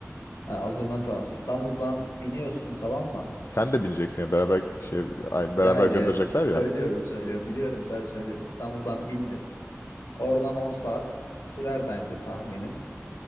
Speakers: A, on the left; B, on the left.
A: Ha, o zaman tamam İstanbul'dan biniyorsun tamam mı?
B: Sen de bineceksin ya beraber şey ay, beraber
A: Ya hayır
B: gönderecekler
A: yani <laughs>
B: ya.
A: söylüyorum söylüyorum biliyorum sadece söylüyorum. İstanbul'dan bindin. Oradan 10 saat sürer bence tahminim.